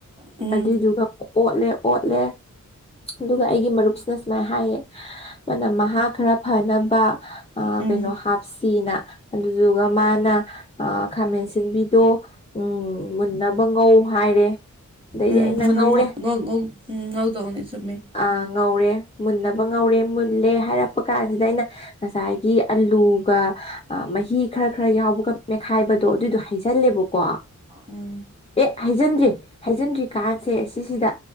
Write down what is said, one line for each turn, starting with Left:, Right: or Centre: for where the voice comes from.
Right: ꯎꯝ
Left: ꯑꯗꯨꯏꯗꯨꯒ ꯑꯃꯨꯛ ꯑꯣꯠꯂꯦ-ꯑꯣꯠꯂꯦ ꯑꯗꯨꯒ ꯑꯩꯒꯤ ꯃꯔꯨꯞꯁꯤꯅ ꯁꯨꯃꯥꯏꯅ ꯍꯥꯏꯌꯦ ꯃꯥꯅ ꯃꯍꯥ ꯈꯔ ꯅꯕ ꯑ
Right: ꯎꯝ
Left: ꯀꯩꯅꯣ ꯍꯥꯞꯁꯤꯅ ꯑꯗꯨꯗꯨꯒ ꯃꯥꯅ ꯑ ꯈꯥꯃꯦꯟ ꯁꯤꯡꯕꯤꯗꯣ ꯎꯝ ꯃꯨꯟꯅꯕ ꯉꯧ ꯍꯥꯏꯔꯦ ꯑꯗꯩꯗꯤ
Right: ꯎꯝ
Left: ꯑꯩꯅ
Right: ꯃꯅꯝ
Left: ꯉꯧꯔꯦ
Right: ꯉꯧꯗꯧꯅꯦ ꯆꯨꯝꯃꯦ
Left: ꯑ ꯉꯧꯔꯦ꯫ ꯃꯨꯟꯅꯕ ꯉꯧꯔꯦ ꯃꯨꯜꯂꯦ ꯍꯥꯏꯔꯛꯄ ꯀꯥꯟꯁꯤꯗ ꯑꯩꯅ ꯉꯁꯥꯏꯒꯤ ꯑꯂꯨꯒ ꯃꯍꯤ ꯈꯔ-ꯈꯔ ꯌꯥꯎꯕꯒ ꯃꯦꯠꯈꯥꯏꯕꯗꯣ ꯑꯗꯨꯏꯗꯣ ꯍꯩꯖꯜꯂꯦꯕꯀꯣ
Right: ꯎꯝ
Left: ꯑꯦ ꯍꯥꯏꯖꯤꯟꯗ꯭ꯔꯤ ꯍꯥꯏꯖꯤꯟꯗ꯭ꯔꯤꯀꯥꯟꯥꯁꯦ ꯁꯤꯁꯤꯗ